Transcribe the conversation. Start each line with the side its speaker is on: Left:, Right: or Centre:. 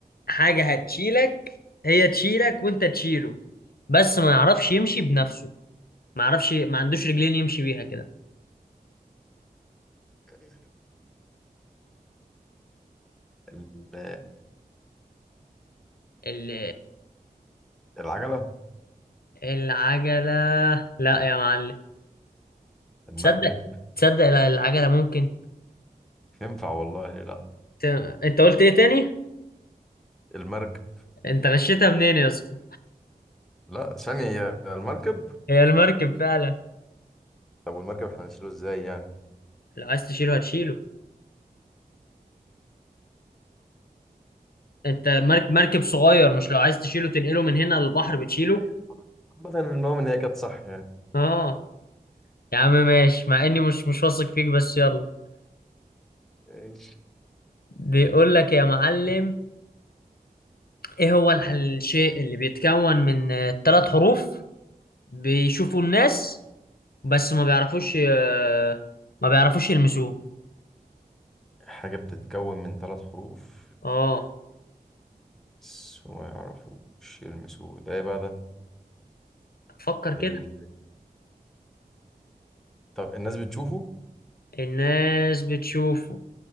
Left: حاجة هتشيلك هي تشيلك وانت تشيله بس ما يعرفش يمشي بنفسه ما يعرفش ما عندوش رجلين يمشي بيها كده
Centre: إيه؟ ال-
Left: ال...
Centre: العجله
Left: العجلة لا يا معلم
Centre: المركب
Left: تصدق تصدق لا، العجلة ممكن
Centre: تنفع والله ليه لا
Left: ت... انت قلت ايه تاني
Centre: المركب
Left: انت غشيتها منين يا اسطى
Centre: لا ثانيه يا المركب
Left: هي المركب فعلا
Centre: طب والمركب احنا هنشيله ازاي يعني
Left: لو عايز تشيله هتشيله انت مركب
Centre: لا
Left: مركب صغير مش لو عايز تشيله تنقله من هنا للبحر بتشيله
Centre: أيوة. عامة المهم ان هي كانت صح
Left: اه يا عم ماشي مع اني مش مش واثق فيك بس يلا
Centre: يعني
Left: بيقول لك يا معلم ايه هو الح- الشيء اللي بيتكون من ثلاث حروف بيشوفوا الناس بس ما بيعرفوش آه، ما بيعرفوش يلمسوه
Centre: حاجة بتتكون من ثلاث حروف
Left: اه
Centre: بس ما يعرفوش يلمسوه ده ايه بقى ده
Left: فكر كده
Centre: ال... طب الناس بتشوفه
Left: الناس بتشوفه